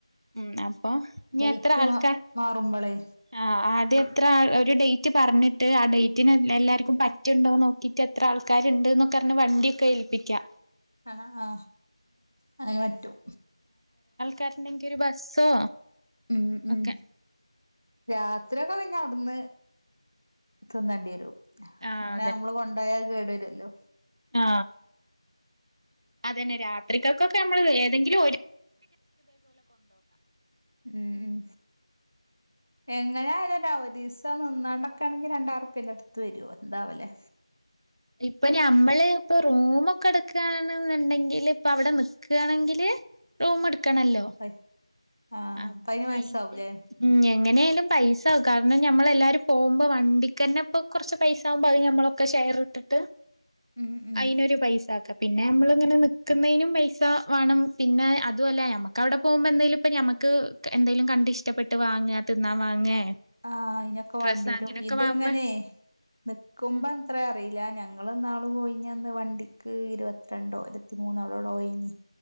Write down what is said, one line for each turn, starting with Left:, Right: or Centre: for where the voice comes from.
Right: ഉം അ നിയത്ര
Left: ഡേറ്റ്
Right: ആൾക്കാർ
Left: മാ മാറുമ്പോളേ
Right: ആ ആദ്യ ത്ര ഒരു ഡേറ്റ് പർഞ്ഞി ട്ട് ആ ഡേറ്റിന് എല്ല എല്ലാർക്കും പറ്റുണ്ടോന്ന് നോക്കിട്ട് എത്ര ആൾക്കാരുണ്ട് ന്നൊക്കെ അർഞ് വണ്ടിയൊക്കെ ഏൽപ്പിക്കാ
Left: ആ ആ അങ്ങെനെ പറ്റും
Right: കാര്ണ്ടെങ്കി ഒരു ബസ്സോ
Left: ഉം ഉം
Right: ഒക്കെ
Left: രാത്രിയൊക്കെ പിന്ന ട്ന്ന് തിന്നണ്ട്യേരും
Right: ആഹ്
Left: അല്ല അമ്മള് കൊണ്ടായ അഅ് കേട ഹല്ലോ
Right: ആ അതന്നെ രാത്രിക്കൊക്കമ്മള് ഏതെങ്കിലും ഒര്
Left: ഉം എങ്ങനായാലൊരവദീസ് ഇക്ക നിന്നാണ്ടൊക്കാണങ്കില് രണ്ടാ ഇരുപ്യൻ്റെട് വെരോ എന്താവല്ലേ
Right: ഇപ്പ ഞമ്മൾ ഇപ്പൊ റൂമൊക്കെ എടുക്കണെന്നുണ്ടെങ്കിൽ ഇപ്പ അവിടെ നിക്കണെങ്കില് റൂം എടു ക്കണല്ലോ
Left: പൈ ആഹ്
Right: അപ്പൊ
Left: അപ്പ അയിന് പൈസ
Right: അയിന്റെ
Left: ആവൂലേ
Right: ഉം എങ്ങനെ ആയാലും പൈസ ആകും കാരണം ഞമ്മളെല്ലാരും പോകുമ്പോ വണ്ടിക്കന്നെ ഇപ്പൊ കുറച്ച് പൈസ ആവുമ്പോ അത് ഞമ്മളൊക്കെ ഷെയർ ഇട്ടിട്ട്
Left: ഉം ഉം
Right: അയിനൊരു പൈസക്ക പിന്നെ നമ്മളിങ്ങനെ നിക്കുന്നയിനും പൈസ വേണം പിന്നെ അതുവല്ല നമ്മക്ക് അവിടെ പോകുമ്പോ എന്തേലും ഇപ്പൊ ഞമ്മക്ക് എന്തെലും കണ്ട് ഇഷ്ടപ്പെട്ട് വാങ്ങ തിന്നാൻ വാങ്ങേ
Left: ആഹ് അയിനൊക്കെ
Right: ഡ്രസ്സ്
Left: വേണ്ടി വരും
Right: അങ്ങനെയൊക്കെ
Left: ഇത്ങ്ങനെ
Right: വാങ്ങുമ്പോ
Left: നിക്കുമ്പോ
Right: ഉം
Left: എത്ര അറിയ ഇല്ല ഞങ്ങൾ ഇനാള് പോയിഞ്ഞ് അന്ന് വണ്ടിക്ക് ഇരുപത്തിരണ്ടോ ഇരുപത്തി മൂന്നോ <unintelligible> പോയിഞ്ഞ